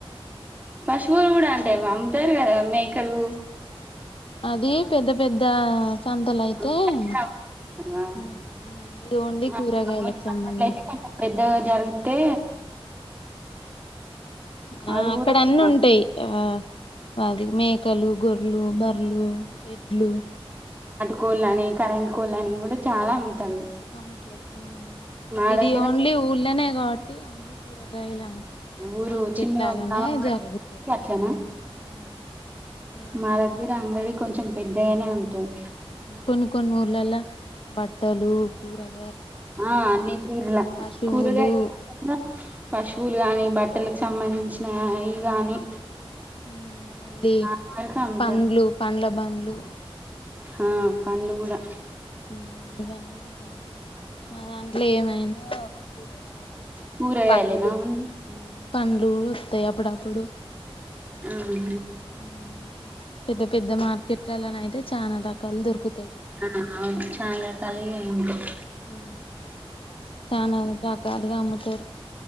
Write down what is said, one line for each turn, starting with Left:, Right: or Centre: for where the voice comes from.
Right: పశువులు కూడా అంటే అమ్ముతారు కదా మేకలు
Left: అది పెద్ద పెద్ద సంతల అయితే
Right: అమ్ముతారు
Left: తే
Right: కదా.
Left: ఇది ఓన్లీ
Right: ఆ
Left: కూరగాయలకు సంబంధించి
Right: అట్లయితే కొంచెం పెద్దగా జరిగితే
Left: ఆ
Right: అవి
Left: అక్కడ
Right: కూడా
Left: అన్ని
Right: ఆ,
Left: ఉంటాయి ఆ పది మేకలు గొర్రె లు బర్లు బర్లు ఎడ్లు
Right: కోళ్లనీ కరెంట్ కోళ్లనీ కూడా చాలా అమ్ముతారు
Left: అమ్ముతారు ఊ
Right: మా
Left: ఇది
Right: దగ్గర
Left: ఓన్లీ ఊల్లనే కాబట్టి ఆన్లీ కూరల్ ఇలా
Right: ఊరు
Left: మార్కెట్
Right: చిన్న
Left: లాగానే
Right: గ్రామం
Left: జరుగుతంది
Right: అట్లనా
Left: ఊ ఊ ఏమైనా
Right: మా దగ్గర
Left: బట్టలు
Right: అంగడి కొంచెం పెద్దగానే ఉంటది
Left: కొన్ని కొన్ని ఊర్లలా బట్టలు పూరాద్
Right: ఆ అన్నీ తీర్ల
Left: పశువులు
Right: కూరగాయలు <unintelligible> పశువులు కాని బట్టలకు సంబంధించిన అయి గాని
Left: ఊ మళ్ళీ
Right: ఆ వరకు అమ్ముతారు
Left: పండ్లు పండ్ల బం లు
Right: ఆ పండ్లు కూడా
Left: ఊ ఇవన్నీ జరుగుతాయి మా దాంట్లో ఏమైనా ఒక కూరగాయలు
Right: కూరగాయలేనా
Left: పండ్లు
Right: ఓన్లీ
Left: ఉమ్ పండ్లు గు వస్తాయి అప్పుడప్పుడు
Right: అహా
Left: ఊ పెద్ద పెద్ద మార్కెట్లలో అయితే చానా రకాలు దొరుకు
Right: ఆహా ఆ అవును చాలా రకాలుగా ఉంటాయి
Left: ఊ చానా రకాల్ గాడిద అమ్ముతరు